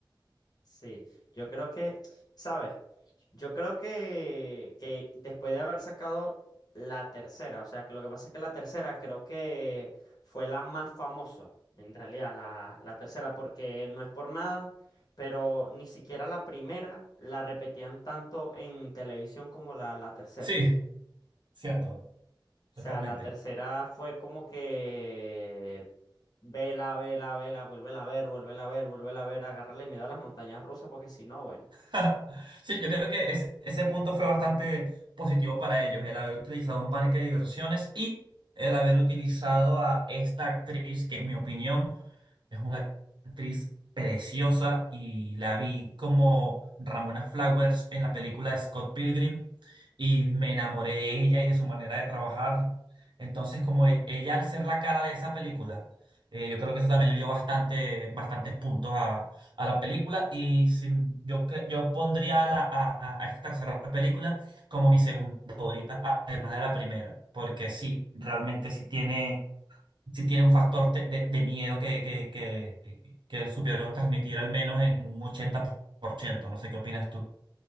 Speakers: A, on the left; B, on the right.
A: Sí, yo creo que, ¿sabes? Yo creo que, que después de haber sacado la tercera, o sea, que lo que pasa es que la tercera creo que fue la más famosa, en realidad, la, la tercera, porque no es por nada, pero ni siquiera la primera la repetían tanto en televisión como la, la tercera.
B: Sí, cierto,
A: O
B: totalmente.
A: sea, la tercera fue como que vela, vela, vela, vuélvela a ver, vuélvela a ver, vuélvela a ver, agárrale miedo a las montañas rusas, porque si no, bueno.
B: <laughs> Sí, yo creo que ese, ese punto fue bastante positivo para ellos, el haber utilizado un parque de diversiones y el haber utilizado a esta actriz, que en mi opinión es una actriz preciosa y la vi como Ramona Flowers en la película de Scott Pilgrim y me enamoré de ella y de su manera de trabajar. Entonces, como e- ella al ser la cara de esa película, eh, yo creo que eso también le dio bastante, bastantes puntos a, a la película y sin, yo, que- yo pondría a, la, a, a esta tercera película como mi segunda favorita, además de la primera, porque sí, realmente sí tiene, sí tiene un factor te- de, de miedo que, que, que, que supieron transmitir al menos en un ochenta por ciento No sé qué opinas tú.